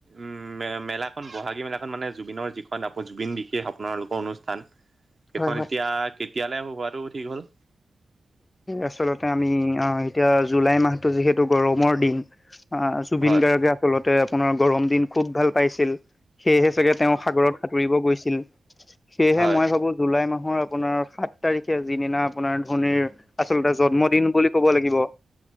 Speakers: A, on the right; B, on the left.
A: উম মে মেলাখন বহাগী মেলাখন মানে জুবিনৰ যিখন আ জুবিন বিশেষ আপোনালোকৰ অনুষ্ঠান সেইখন
B: হয় হয়
A: এতিয়া কেতিয়ালৈ হোৱাটো ঠিক হ'ল
B: আচলতে আমি আহ এতিয়া জুলাই মাহটো যিহেতু গৰমৰ দিন অ জুবিন
A: হয়
B: গাৰ্গে আচল তে আপোনাৰ গৰম দিন খুব ভাল পাইছিল। সেয়েহে চাগে তেওঁ সাগৰত সাঁতুৰিব গৈছিল সেয়েহে
A: হয়
B: মই ভাবো জুলাই মাহৰ আপোনাৰ সাত তাৰিখে যিদিনা আপোনাৰ ভনিৰ আচলতে জন্মদিন বুলি ক'ব লাগিব।